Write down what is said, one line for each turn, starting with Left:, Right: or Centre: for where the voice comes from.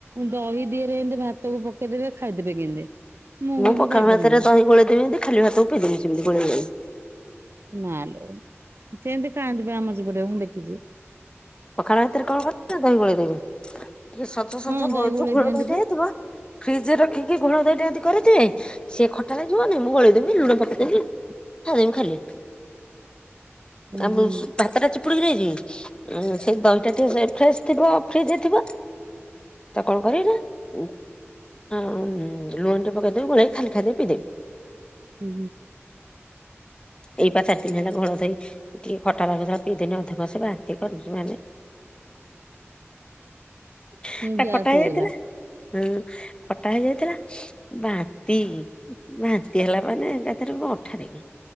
Right: ଦହି ଦିହରେ ଏମିତି ଭାତ ତାକୁ ପକେଇଦେବେ ଖାଇଦେବେ କେମିତି ମୁଁ କିନ୍ତୁ
Left: ପଖାଳ
Right: ଖାଇପାରେନି।
Left: ଭାତରେ ଦହି ଗୋଳେଇ ଦେବି ଏମିତି। ଖାଲି ଭାତକୁ ପେଇଦେମି ସେମିତି ଗୋଳେଇ ଗୋଳେଇ।
Right: ମାଲୋ ସେମିତି ଖାଆନ୍ତି ବା ଆମ ସେପଟେ ମୁଁ ଦେଖିଛି।
Left: ପଖାଳ ଭାତରେ କଣ କରେ ନା ଦହି ଗୋଳେଇ ଦେବି ଟିକେ ସଜ
Right: ହଁ
Left: ସଜ ଯୋଉ
Right: ଦହି ଗୋଳେଇ
Left: ଘୋଳ
Right: ଦିଅନ୍ତି
Left: ଦହିଟା
Right: ବା।
Left: ହେଇଥିବ। ଫ୍ରିଜରେ ରଖିକି ଘୋଳ ଦହି ଟା କରିଥିବେ। ସିଏ ଖଟା ଲାଗିବନି ମୁଁ ଗୋଳେଇଦେମି ଲୁଣ ପକେଇଦେମି ଖାଇଦେମି ଖାଲି।
Right: <inaudible> ଉଁ
Left: ଆମ
Right: ହୁଁ
Left: ଭାତଟା ଚିପୁଡିକି ନେଇଯିମି ସେଇ ଦହିଟା ଟିକେ ଫ୍ରେଶ ଥିବ ଫ୍ରିଜରେ ଥିବ। ଆଉ କଣ କରିବି ନା ହଁଁ ଲୁଣ ଟିକେ ପକେଇଦେବି ଗୋଳାଇ ଖାଲି ଖାଇଦେବି ପିଇଦେବି।
Right: ହୁଁ।
Left: ଏଇପା ଚାରି ଦିନ ହେଲା ଘୋଳ ଧୋଇ ଟିକେ ଖଟା ଲାଗୁଥିଲା ପିଇ ଦିନ ଅଧକସେ ବା ବାନ୍ତି କନି ମାନେ।
Right: <inaudible> ହୁଁ
Left: ଏଟା
Right: ଗ୍ୟାସ୍
Left: ଖଟା ହେଇଯାଇଥିଲା
Right: ହେଇଗଲା
Left: ହୁଁ ଖଟା ହେଇଯାଇଥିଲା। ବାନ୍ତି ବାନ୍ତି ହେଲା ମାନେ ଏକାଥରେ ମୋ ଅଠାଠିକ।